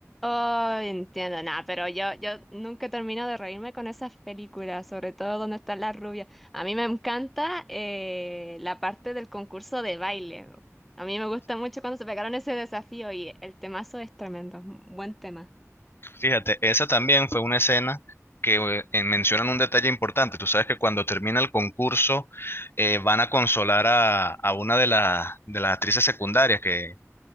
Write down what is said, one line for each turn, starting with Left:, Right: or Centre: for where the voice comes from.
Centre: Oh, entiendo, nada, pero yo, yo nunca termino de reírme con esas películas, sobre todo donde están las rubias. A mí me encanta eh, la parte del concurso de baile. A mí me gusta mucho cuando se pegaron ese desafío y el temazo es tremendo, buen tema.
Left: Fíjate, esa también fue una escena que eh, eh, mencionan un detalle importante. Tú sabes que cuando termina el concurso eh, van a consolar a, a una de, la- de las actrices secundarias que,